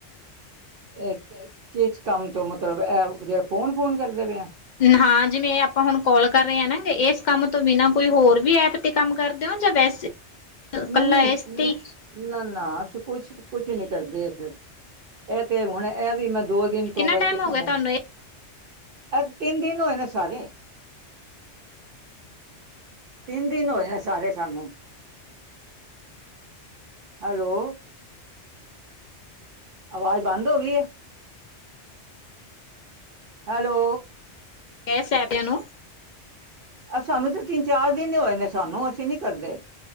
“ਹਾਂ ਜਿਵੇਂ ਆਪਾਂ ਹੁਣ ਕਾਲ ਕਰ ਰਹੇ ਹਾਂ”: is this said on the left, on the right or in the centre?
Left